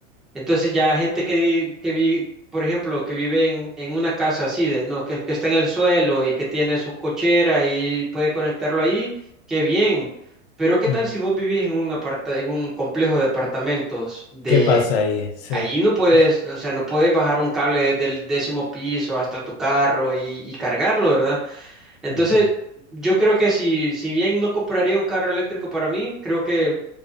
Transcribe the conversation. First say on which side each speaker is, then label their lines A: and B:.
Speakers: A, in the centre; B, on the left (about 60°).
A: Entonces ya gente que, di- que vi, por ejemplo, que vive en, en una casa así, de, no, que, que está en el suelo y que tiene su cochera y puede conectarlo ahí, qué bien. Pero ¿qué
B: Mm.
A: tal si vos vivís en un aparta, en un complejo de apartamentos de
B: ¿Qué pasa ahí? Sí.
A: ahí no puedes,
B: Es-
A: o sea, no puedes bajar un cable desde el décimo piso hasta tu carro y, y cargarlo, ¿verdad? Entonces,
B: ujú.
A: yo creo que si, si bien no compraría un carro eléctrico para mí, creo que